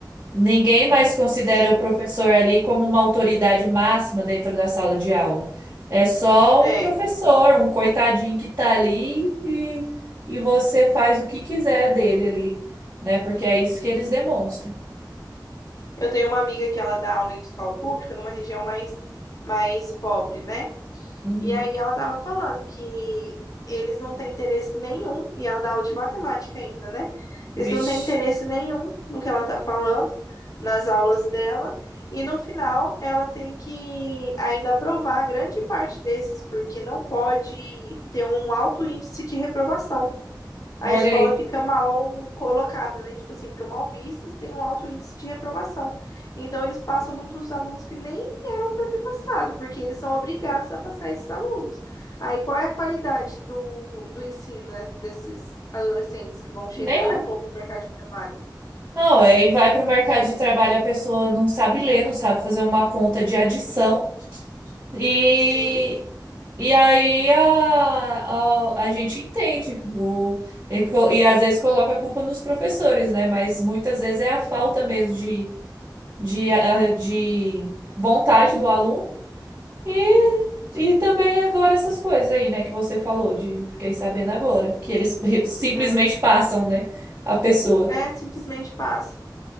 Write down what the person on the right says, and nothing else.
Ninguém mais considera
o professor ali como uma autoridade máxima dentro da sala de aula. É só
um professor, um coitadinho que tá ali e, e você faz o que quiser dele ali, né? Porque é isso que eles demonstram.
Uhum.
Vixe,
olha
aí.
Nenhum.
Não, aí vai para o mercado de trabalho, a pessoa não sabe ler, não sabe fazer uma conta de adição. E
E aí a, a, a gente entende o, e, co- e às vezes coloca a culpa nos professores, né? Mas muitas vezes é a falta mesmo de, de, a- de vontade do aluno e, e também agora essas coisas aí, né, que você falou, de fiquei sabendo agora, que eles re- simplesmente
passam, né, a pessoa.